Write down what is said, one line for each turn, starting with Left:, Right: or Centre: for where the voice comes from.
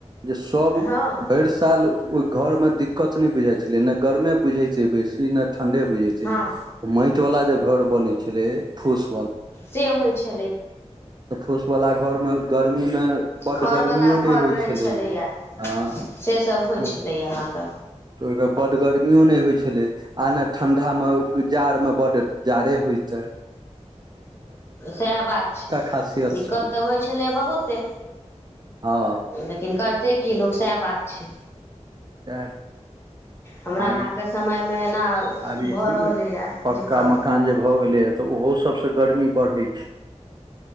Right: जे सब
Left: हँ
Right: भरि साल ओहि घरमे दिक्कत नहि बुझाइ छलै ने गरमे बुझैत छै बेसी ने ठंडे बुझे छै
Left: हँ
Right: माटि वाला जे घर बन छले फूस
Left: से होइ छै
Right: फूस वालला घरमे गर्मी मे बड
Left: खरवला
Right: गर्मियो
Left: घर
Right: नहि होइ
Left: रहै
Right: छलै
Left: छलैए
Right: हँ
Left: से सब होइ छलैए अहाँके
Right: तऽ ओहिमे बड गर्मियो नहि होइ छै छलै आ नहि ठण्डामे जाड़मे बड जाड़े होइत
Left: सएह बात छै
Right: खासियत
Left: दिक्कत
Right: छलै
Left: तऽ होइ छलै बहुते
Right: हँ
Left: लेकिन करतै की लोक सएह बात छै
Right: अ
Left: हमरा
Right: आ
Left: अहाँके
Right: ई
Left: समयमे एना
Right: आब इस
Left: भऽ रहलैए
Right: ने पक्का
Left: दिक्कत
Right: मकान जे भऽ गेलै ह तऽ ओहो सब गर्मी बढ़े छै